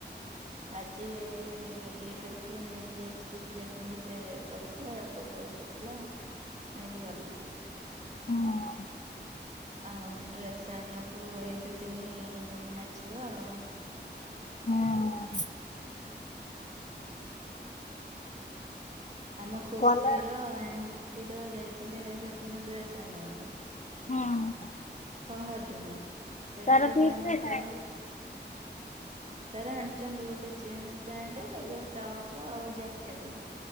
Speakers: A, on the right; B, on the left.
A: ଆଜି ଇଏ କରିକି ନେଇକି ଯାଇଛି ଚୁଟି କାଟିମି ପଇସା ଅଳ୍ପ ପଇସା ଥିଲା ନେଇକି ଗଲା।
B: ହଁ।
A: ଆଉ ଡ୍ରେସ ଆଣିବାକୁ ଏଇ ଦି ତିନି ନାଚିବ ଆଉ।
B: ହଁ।
A: ଆମ ଖୁସିର
B: କଲର
A: ଖୁସି ର ଯାଇଥିଲେ ସେଦିନ ଡ୍ରେସ୍ ଆଣିବାକୁ।
B: ହଁ।
A: ପହର ଦିନ। ସେଠି
B: ତାର କି
A: ତାଙ୍କର
B: ଡ୍ରେସ ଆଣିଲୁ
A: ତ ଆଣିଛନ୍ତି ଗୋଟେ ଜିନ୍ସ ପ୍ୟାଣ୍ଟ ତା ଦିରେ ଟପ୍ ଆଉ ଜ୍ୟାକେଟ।